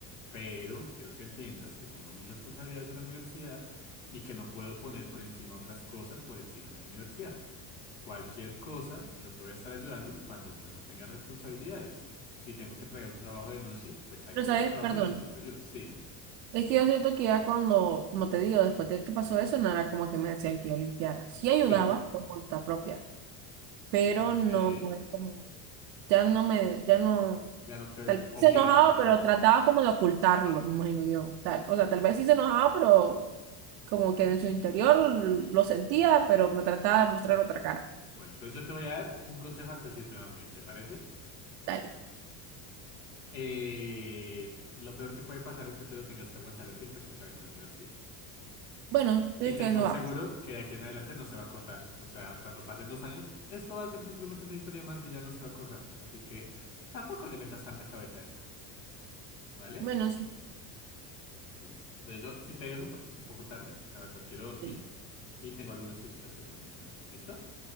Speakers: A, on the left; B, on the right.
A: pero quiero que entiendas que tengo mis responsabilidades de la universidad y que no puedo poner por encima otras cosas por encima de mi universidad. Cualquier cosa, yo te voy a estar ayudando cuando pues no tengas responsabilidades. Si tengo que entregar un trabajo de noche, pues ahí
B: Pero,
A: entrego
B: ¿sabes?
A: el trabajo
B: Perdón.
A: y después te ayudo. Sí, me-
B: Es que yo siento que ya cuando, como te digo, después de que pasó eso, no era como que me decían que yo limpiara. Sí ayudaba
A: sí,
B: por voluntad propia, pero
A: ok.
B: no no es como, ya no me, ya no,
A: Ya no te
B: tal vez
A: obligan,
B: se enojaba,
A: por decirlo
B: pero
A: así.
B: trataba como de ocultarlo, me imagino yo. Tal, o sea, tal vez sí se enojaba, pero como que en su interior lo sentía, pero me trataba de mostrar otra cara.
A: Bueno, entonces yo te voy a dar un consejo antes de irme a dormir, ¿te parece?
B: tal
A: Eh, lo peor que puede pasar es que te lo tengas que aguantar así hasta que acabes tu universidad.
B: Bueno, es
A: Y ten
B: que eso
A: por
B: va.
A: seguro que de aquí en adelante no se va a acordar. O sea, cuando pasen los años, esto va a ser simplemente una historia más y ya no se va a acordar. Así que tampoco le metas tanta cabeza a eso. ¿Vale?
B: Bueno,
A: Listo. Entonces yo sí te dejo porque es un poco tarde. La verdad, quiero dormir
B: sí.
A: y tengo algunas cositas que hacer mañana. ¿Listo?